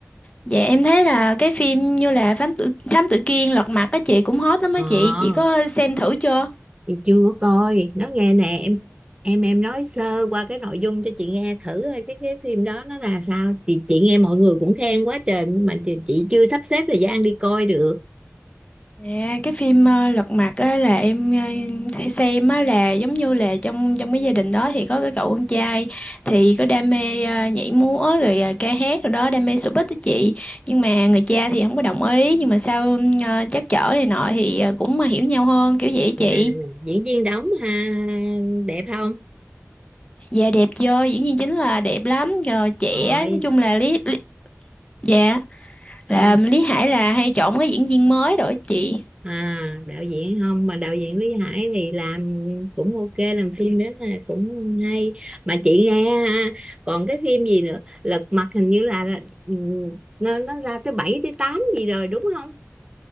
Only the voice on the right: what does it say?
Ờ,
thì chưa có coi. Nói nghe nè, em em em nói sơ qua cái nội dung cho chị nghe thử coi cái cái phim đó nó là sao? Chị chị nghe mọi người cũng khen quá trời mà chị, chị chưa sắp xếp thời gian đi coi được.
À,
diễn viên đóng ha, đẹp không?
Rồi.
Ờ.
à đạo diễn không mà đạo diễn Lý Hải thì làm cũng ok làm phim rất là cũng hay mà chị nghe ha, còn cái phim gì nữa Lật Mặt hình như là là, ừ, nó nó ra tới 7 tới 8 gì rồi đúng không